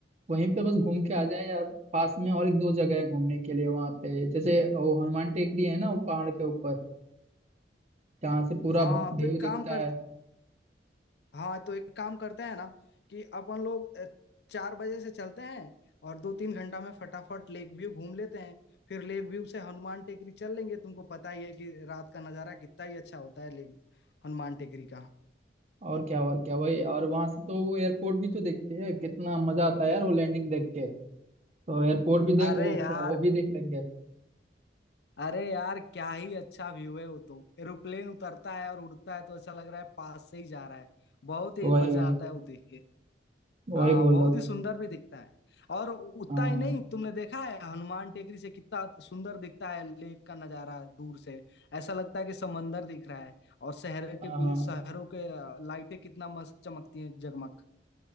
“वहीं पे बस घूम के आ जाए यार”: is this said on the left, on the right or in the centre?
Right